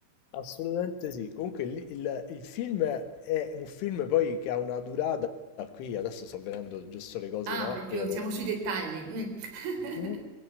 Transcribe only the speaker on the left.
Assolutamente sì. Comunque il, il- il film è un film poi che ha una durata, qui adesso sto vedendo giusto le cose,
no?
Per
du-